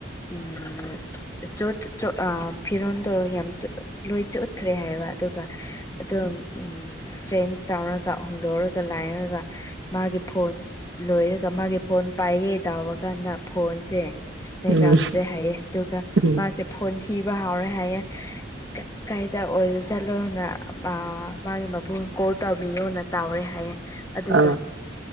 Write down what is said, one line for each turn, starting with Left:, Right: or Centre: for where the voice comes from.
Left: ꯎꯝ ꯆꯣꯠ ꯆꯣꯠ ꯑ ꯐꯤꯔꯣꯟꯗ ꯌꯥꯝ ꯆꯣꯠ ꯂꯣꯏ ꯆꯣꯠꯈ꯭ꯔꯦ ꯍꯥꯏꯕ ꯑꯗꯨꯒ ꯑꯗꯨꯝ ꯆꯦꯟꯁ ꯇꯧꯔꯒ ꯍꯣꯡꯗꯣꯛꯔꯒ ꯂꯥꯛꯑꯦꯒ ꯃꯥꯒꯤ ꯐꯣꯟ ꯂꯣꯏꯔꯒ ꯃꯥꯒꯤ ꯐꯣꯟ ꯄꯥꯏꯒꯦ ꯇꯥꯎꯕ ꯀꯥꯟꯗ ꯐꯣꯟꯁꯦ ꯂꯩꯔꯝꯗ꯭ꯔꯦ
Right: ꯎꯝ
Left: ꯍꯥꯏꯌꯦ ꯑꯗꯨꯒ
Right: ꯎꯝ
Left: ꯃꯥꯁꯦ ꯐꯣꯟ ꯊꯤꯕ ꯍꯥꯎꯔꯦ ꯍꯥꯏꯌꯦ ꯀꯥꯏꯗ ꯑꯣꯏꯔ ꯆꯠꯂꯣꯅ ꯃꯥ ꯃꯥꯒꯤ ꯃꯕꯨꯡ ꯀꯣꯜ ꯇꯧꯕꯤꯌꯣꯅ ꯇꯧꯔꯦ ꯍꯥꯏꯌꯦ ꯑꯗꯨꯒ
Right: ꯑꯥ